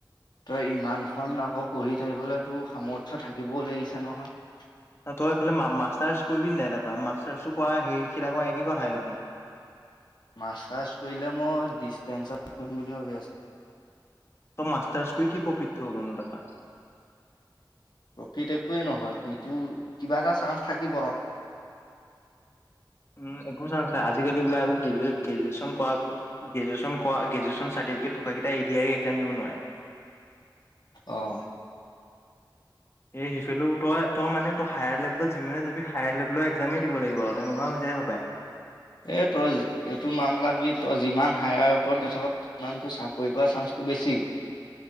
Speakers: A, on the left; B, on the left.
A: তই ইমানখন আকৌ পঢ়ি থাকিবলৈ তোৰ সামৰ্থ্য থাকিবও লাগিছে নহয়।
B: অ', তই এইফালে মা-মাষ্টাৰ্ছ কৰিবি নে নাই তাৰপৰা? মাষ্টাৰ্ছো কৰা হেৰি <unintelligible> কৰা, একেই কথাই দেখোন।
A: মাষ্টাৰ্ছ কৰিলে, মই ডিষ্টেনচত কৰিম বুলি ভাবি আছোঁ।
B: তই মাষ্টাৰ্ছ কৰি কি প্ৰফিটতো হ'বনো তাৰপা?
A: প্ৰফিট একোৱেই নহয়, কিন্তু কিবা এটা চান্স থাকিব আৰু।
B: উম, একো চান্স নাই। আজিকালি বোলে আকৌ গ্ৰেজু-গ্ৰেজুৱেচন কৰা গ্ৰেজুৱেচন কৰা গ্ৰেজুৱেচন চাৰ্টিফিকেট থকাকেইটাই A D R E exam দিব নোৱাৰে।
A: অ'।
B: এ হেইফেলেও তই, তই মানে তই হায়াৰ লেবেলত যিমানে যাবি, হায়াৰ লেবেলৰ একজামেই দিব লাগিব আৰু তেনেকুৱা হৈ যায় <unintelligible>
A: এই তই, এইটো মামলা কি তই যিমান হায়াৰ ওপৰত গৈ থা <unintelligible> সিমান তোৰ চাকৰি পোৱা চান্সটো বেছি।